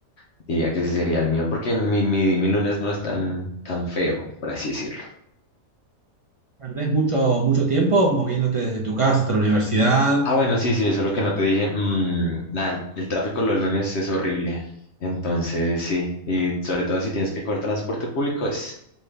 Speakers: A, on the left; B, on the right.
A: Diría que ese sería el mío, porque mi, mi, mi lunes no es tan, tan feo, por así decirlo.
B: Perdés mucho, mucho tiempo moviéndote desde tu casa hasta la universidad.
A: Ah, bueno, sí, sí, eso es lo que no te dije. Mm, nada, el, el tráfico los lunes es horrible. Entonces, sí, y sobre todo si tienes que coger transporte público, es,